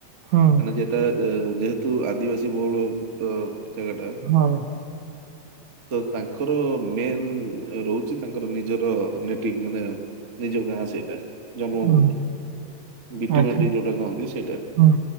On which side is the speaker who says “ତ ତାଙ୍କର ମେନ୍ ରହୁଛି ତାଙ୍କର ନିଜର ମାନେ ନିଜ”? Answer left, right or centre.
Right